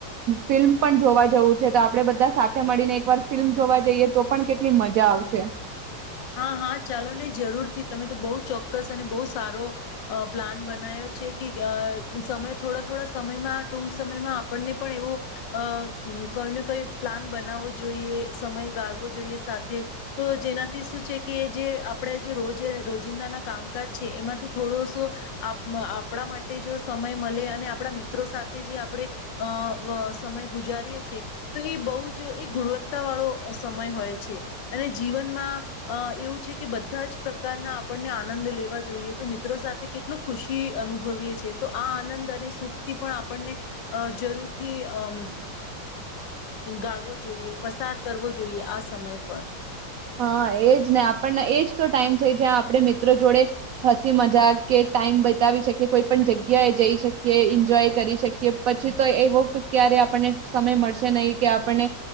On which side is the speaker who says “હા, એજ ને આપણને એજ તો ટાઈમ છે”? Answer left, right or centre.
Right